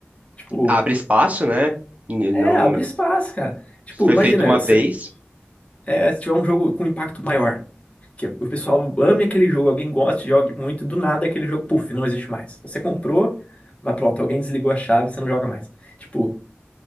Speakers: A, on the left; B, on the right.
A: Tipo,
B: Abre espaço, né? E
A: é,
B: Não
A: abre espaço, cara. Tipo,
B: foi
A: imagina,
B: feito uma vez,
A: se, é, se tiver um jogo com impacto maior, que o pessoal ame aquele jogo, alguém goste, jogue muito, do nada aquele jogo, puf, não existe mais. Você comprou, mas pronto, alguém desligou a chave, você não joga mais. Tipo,